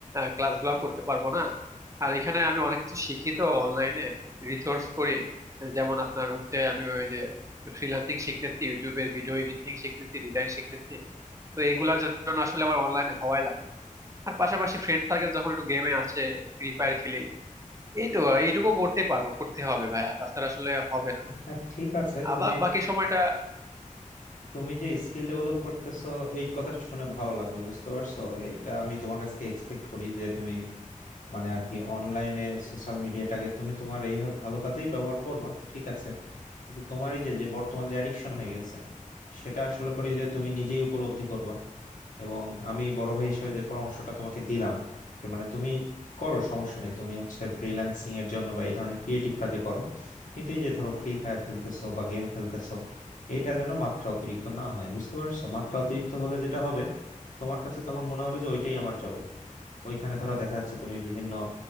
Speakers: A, on the right; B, on the left.
A: ক্লাসগুলোও করতে পারবো না আর এখানে আমি অনেক কিছু শিখি তো অনলাইনে রিসোর্স করি যেমন আপনার হচ্ছে আমি ওই যে ফ্রিল্যান্সিং শিখতেছি ইউটিউবে ভিডিও এডিটিং শিখতেছি ডিজাইন শিখতেছি তো এগুলার জন্য আসলে আমার অনলাইনে হওয়াই লাগে আর পাশাপাশি ফ্রেন্ড সার্কেল যখন একটু গেমে আসে ফ্রি ফায়ার খেলি এই তো এইটুকু করতে পারবো করতে হবে ভাইয়া তাছাড়া আসলে হবে না
B: হ্যাঁ ঠিক আছে
A: আবার
B: তুমি
A: বাকি সময়টা
B: তুমি যে স্কিল ডেভেলপ করতেছো এই কথাটা শুনে ভালো লাগলো বুঝতে পারছো এটা আমি তোমার কাছ থেকে এক্সপেক্ট করি যে তুমি মানে আর কি অনলাইনে সোশ্যাল মিডিয়াটাকে তুমি তোমার এইভাবে ভালো কাজেই ব্যবহার করবা ঠিক আছে কিন্তু তোমার এই যে যে বর্তমান যে অ্যাডিকশন হয়ে গেছে সেটা আসলে করি যে তুমি নিজেই উপলব্ধি করবা এবং আমি বড় ভাই হিসেবে যে পরামর্শটা তোমাকে দিলাম যে মানে তুমি করো সমস্যা নেই তুমি হচ্ছে ফ্রিল্যান্সিং এর জন্য বা এই ধরনের ক্রিয়েটিভ কাজে করো কিন্তু এই যে ধরো ফ্রি ফায়ার খেলতেছো বা গেম খেলতেছো এটা যেন মাত্রা অতিরিক্ত না হয় বুঝতে পারছো মাত্রা অতিরিক্ত হলে যেটা হবে তোমার কাছে তখন মনে হবে যে ওইটাই আমার জগৎ ওইখানে ধরো দেখা যাচ্ছে তুমি বিভিন্ন